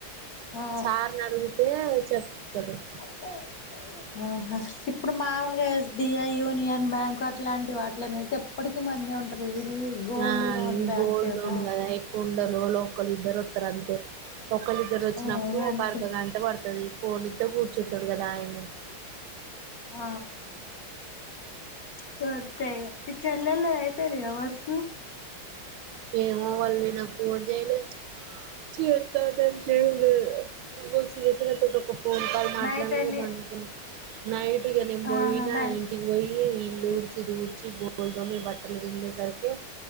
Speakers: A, on the left; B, on the right.
A: ఆ
B: సార్ ను అడిగితే చెప్తుంది
A: అకే ఆహా ఇప్పుడు మామూలుగా ఎస్బీఐ యూనియన్ బ్యాంక్ వాట్ లాంటి వాటిలని అయితే ఎప్పటికి మంది ఉంటది గోల్డ్
B: ఆ
A: లోన్
B: ఈ
A: బ్యాంక్
B: గోల్డ్
A: ఏమో
B: లోన్ గదా ఏక్ కొందరు లోకల్ ఇద్దరొత్తరు అంతే ఒక్కలిద్దరొచ్చినప్పుడు
A: ఆ
B: ఒక
A: అంతే
B: అర్ధ గంట పడుతది ఫోన్లిత్తే కూర్ చుట్టడు కదాయని
A: ఆ పతై గా చెల్లెల్లది అయిపోయిందా ఇగ వర్కు
B: ఏమో వాళ్ళు నిన్న పోన్ చేయలేద్ చేత్తా అని చేయలేదు ఫోన్ కాల్ మాట్లాడిన
A: నైట్ అని
B: ఇగ బన్ కు న్నా నైట్ ఇగ నేన్ బోయినా
A: ఆహా నై
B: ఇంటికి వోయి ఈ ఇల్లు ఊడ్చి దూడ్చి బోల్ దొమి బట్టల్ విండే సరికే